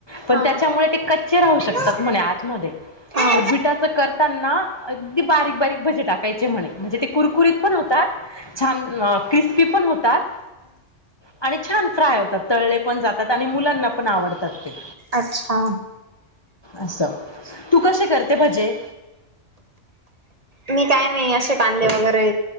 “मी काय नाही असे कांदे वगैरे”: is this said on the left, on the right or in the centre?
Right